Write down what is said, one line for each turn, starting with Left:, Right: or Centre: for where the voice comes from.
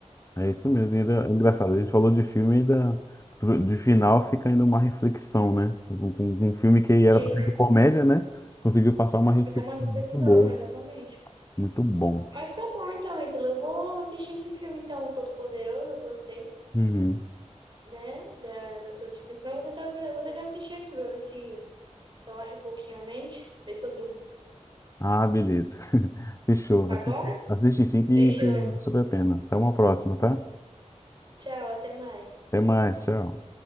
Left: É isso mesmo. E Ainda, é engraçado, a gente falou de filme e ainda pro- de final fica ainda uma reflexão, né? Com, com- com um filme que era
Right: Isso.
Left: pra ser de comédia, né? Conseguiu passar uma reflexão
Right: Fica uma reflexão,
Left: muito boa.
Right: exatamente.
Left: Muito bom.
Right: Mas tá bom, então, Ítalo. Eu vou assistir esse filme, então, Todo Poderoso. Eu gostei,
Left: Uhum.
Right: né? Da, da sua descrição. Vou tentar ver, eu vou tentar assistir aqui pra ver se Relaxa um pouquinho a mente, vê se eu durmo,
Left: Ah, beleza. <laughs> Fechou.
Right: tá
Left: Assiste,
Right: bom?
Left: assiste sim que,
Right: Beijo,
Left: que vale super a pena. Até uma próxima, tá?
Right: tchau, até mais.
Left: Até mais, tchau.